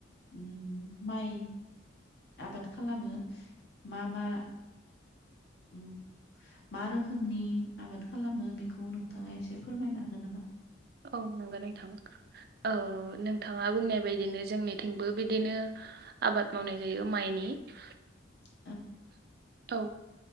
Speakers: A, on the left; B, on the right.
A: उम माइ आबाद खालामो मा मा उम मा रोखोमनि आबाद खालामो बेखौ नोंथांङा एसे फोरमायनो हागोन नामा
B: औ नंगौ नोंथां औ नोंथांङा बुंनाय बादिनो जोंनिथिंबो बिदिनो आबाद मावनाय जायो माइनि नि
A: <inaudible>
B: औ